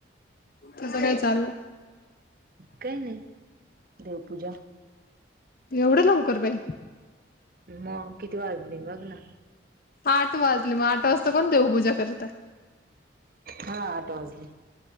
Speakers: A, on the left (about 50°); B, on the right (about 50°).
A: तसं काय चाललंय.
B: काही नाही देवपूजा.
A: एवढं लवकर बाई
B: मग किती वाजले बघ ना.
A: आठ वाजले मग आठ वाजता कोण देवपूजा करतय
B: हा आठ वाजले